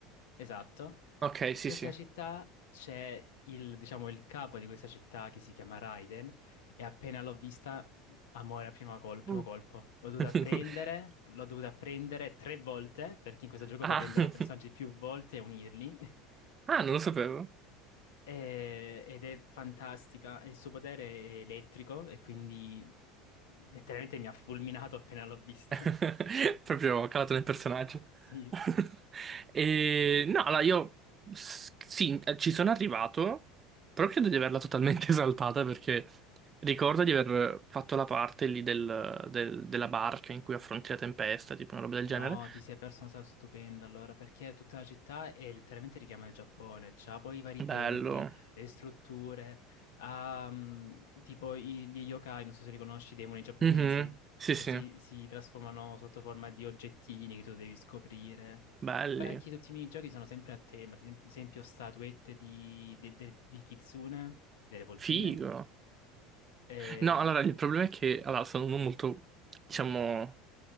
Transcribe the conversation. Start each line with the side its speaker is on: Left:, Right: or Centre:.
Left: Esatto.
Right: Ok,
Left: E in
Right: sì,
Left: questa
Right: sì.
Left: città c'è il, diciamo, il capo di questa città che si chiama Raiden e appena l'ho vista, amore a prima col- primo
Right: Mm.
Left: colpo. L'ho dovuta
Right: <laughs>
Left: prendere, l'ho dovuta prendere tre volte, perché in questo gioco
Right: Ah,
Left: puoi prendere
Right: <laughs>
Left: personaggi più volte e unirli. <laughs>
Right: ah, non lo sapevo.
Left: E- ed è fantastica. Il suo potere è elettrico e quindi letteralmente mi ha fulminato appena l'ho vista.
Right: <laughs>
Left: <laughs>
Right: Proprio calato nel personaggio.
Left: Sì.
Right: <laughs> E no, allora io s- sì, eh, ci sono arrivato, però credo di averla totalmente <laughs> esaltata perché ricordo di aver fatto la parte lì del- del- della barca in cui affronti la tempesta, tipo una roba del
Left: No,
Right: genere.
Left: ti sei perso una cosa stupenda allora, perché tutta la città è letteralmente richiama il Giappone, c'ha poi i vari templi,
Right: Bello.
Left: le strutture, ha, mm, tipo i- gli yokai, non so se li conosci, i demoni giapponesi,
Right: Mhm. Sì,
Left: che
Right: sì,
Left: si, si trasformano sotto forma di oggettini che tu devi scoprire.
Right: belli.
Left: Poi anche tutti i minigiochi sono sempre a tema, ad esempio esempio statuette di, de- de- di kitsune, delle volpine,
Right: Figo.
Left: e...
Right: No, allora il problema è che allora, sono uno molto, diciamo.